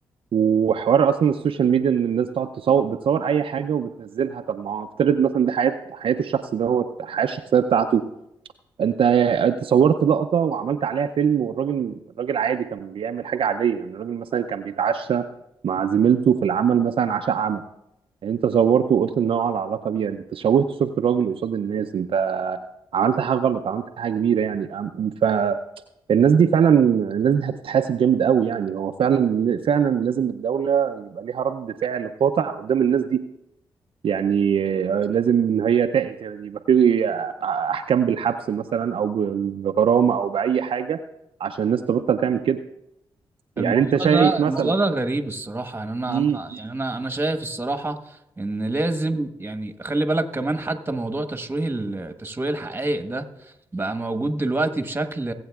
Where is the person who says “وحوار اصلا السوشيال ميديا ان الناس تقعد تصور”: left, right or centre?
Right